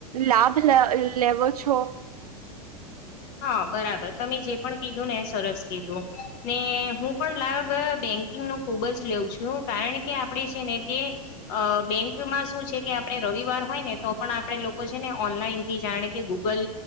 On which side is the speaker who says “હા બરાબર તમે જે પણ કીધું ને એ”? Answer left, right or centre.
Left